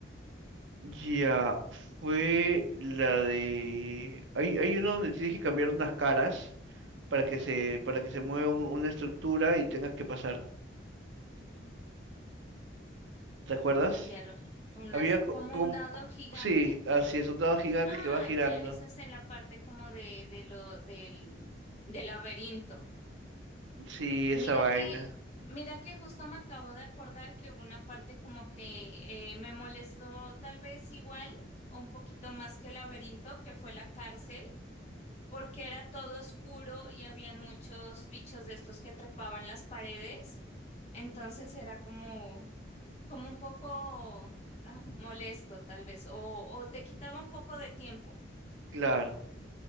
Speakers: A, on the right; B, on the left.
A: Ya, fue la de... Hay, hay uno donde tienes que cambiar unas caras para que se, para que se mueva un- una estructura y tengas que pasar. ¿Te acuerdas?
B: cambiar unas,
A: Había co-
B: como
A: como...
B: un dado gigante.
A: Sí, así es, un dado gigante
B: Ah,
A: que va girando.
B: ya, eso es en la parte como de, de lo, del, del laberinto.
A: Sí, esa
B: Mira
A: vaina.
B: que, mira que justo me acabo de acordar que hubo una parte como que eh, me molestó tal vez igual o un poquito más que el laberinto, que fue la cárcel porque era todo oscuro y habían muchos bichos de estos que trepaban las paredes. Entonces era como, como un poco ah, molesto, tal vez, o, o te quitaba un poco de tiempo.
A: Claro,